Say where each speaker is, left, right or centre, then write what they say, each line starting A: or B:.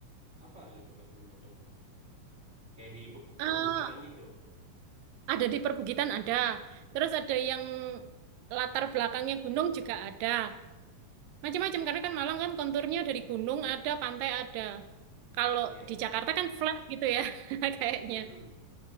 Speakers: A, on the right; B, on the right.
A: apa gitu Kak bentuknya itu? Kayak di pe-
B: Ah,
A: perbukitan gitu.
B: Ada di perbukitan ada. Terus ada yang latar belakangnya gunung juga ada. Macam-macam karena kan Malang kan konturnya dari gunung ada, pantai ada. Kalau
A: Iya,
B: di
A: betul.
B: Jakarta kan flat gitu ya <laughs> kayaknya.
A: Mm-mm.